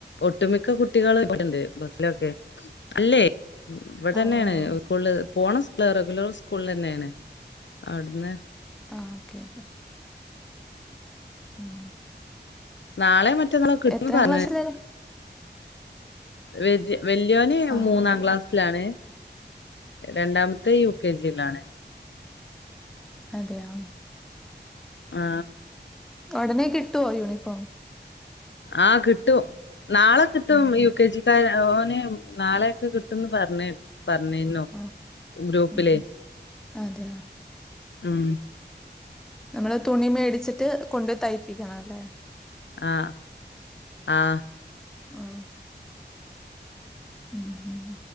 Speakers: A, on the left; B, in the centre.
A: ഒട്ടുമിക്ക കുട്ടികള് ഇവിടെണ്ട് ബസിലൊക്കെ അല്ലേ. ഇവിടെ തന്നെയാണ്
B: ആഹ് ഓഹ്
A: സ്കൂളില് പോണം. റെഗുലർ സ്കൂൾ തന്നെയാണ് അവിടുന്ന്
B: ആ ഓക്കെ ഓക്കെ ഉം
A: നാളെ മറ്റെന്നാളൊക്കെ കിട്ടുന്നു
B: എത്രാം
A: പറഞ്ഞ്
B: ക്ലാസ്സിലാ
A: വര്യ വല്യോന്
B: ആഹ്
A: മൂന്നാം
B: ഓഹ്
A: ക്ലാസ്സിലാണ്. രണ്ടാമത്തെ യു കെ ജിയിലാണ്.
B: അതെയാ.
A: ആ
B: ഉടനെ കിട്ടുവോ യൂണിഫോം.
A: ആ കിട്ടും. നാളെ കിട്ടും
B: ഉം
A: യു
B: ഉം
A: കെ ജിക്കാരെ ഓൻ ന് നാളെയൊക്കെ കിട്ടുന്ന് പറഞ്ഞേ പറഞ്ഞീന്നു
B: ആഹ്
A: ഗ്രൂപ്പിലെ
B: ഉം ഉം അതെയോ
A: ഉം
B: നമ്മള് തുണി മേടിച്ചിട്ട് കൊണ്ട് തയ്പ്പിക്കണം അല്ലേ.
A: ആ ആ
B: ആ ഉം ഉം